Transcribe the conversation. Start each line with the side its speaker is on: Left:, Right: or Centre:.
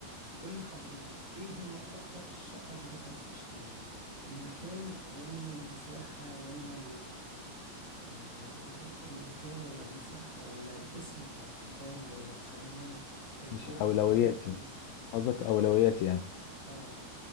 Right: قولي حضرتك ايه يهمك أكتر في الشقة اللي حضرتك عايز تشتريها المكان ولا المساحة ولا ال... يعني المكان ولا المساحة ولا الاسم بتاع الكومباوند ولا الخدمات القرب
Left: مش اولوياتي
Right: كل الكلام ده
Left: قصدك أولوياتي يعني
Right: اه